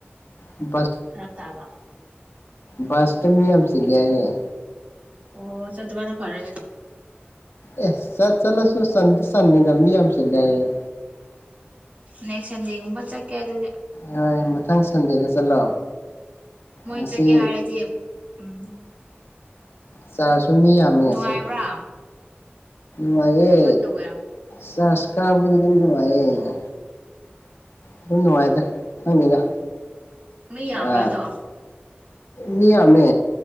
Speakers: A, on the left (about 75°); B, on the right (about 35°).
A: ꯐꯁ
B: ꯐꯔꯛ ꯇꯥꯕ
A: ꯕꯥꯥꯁꯇꯃꯤ ꯌꯥꯝꯁꯤꯂꯌꯦꯦ
B: ꯑꯣ ꯆꯠ ꯇ ꯃꯥꯅ ꯐꯔ
A: ꯑꯦ ꯆ ꯆꯂ ꯁ ꯁꯥꯟꯅꯤꯗꯃꯤ ꯌꯥꯝ ꯆꯂꯦ
B: ꯅꯦꯛꯁꯟꯖꯦꯛꯒꯨꯝꯕ ꯆꯈ ꯍꯥꯏꯗꯤ
A: ꯍꯣꯏ ꯃꯊꯪ ꯁꯟꯗꯦꯗ ꯆꯠꯂꯣ
B: ꯃꯣꯏ
A: ꯉꯁꯤ
B: ꯆꯠꯀꯦ ꯍꯥꯏꯔꯗꯤ ꯎꯝ
A: ꯆ ꯁꯨꯝ ꯃꯤ ꯌꯥꯝꯃꯤ ꯉꯁꯤ
B: ꯅꯨꯡꯉꯥꯏꯕ꯭ꯔꯥ
A: ꯃꯑꯦ
B: ꯀꯃꯥꯏꯅ ꯇꯧꯒꯦ
A: ꯁꯁꯀꯥꯕꯨꯔꯤꯗꯅꯚꯌꯦꯦ ꯑꯗꯨꯝ ꯅꯨꯡꯉꯥꯏꯇꯦ ꯍꯪꯉꯗ
B: ꯃꯤ ꯌꯥꯝꯕ꯭ꯔꯥ
A: ꯑ
B: ꯑꯗꯣ
A: ꯃꯤꯌꯥꯝꯃꯦ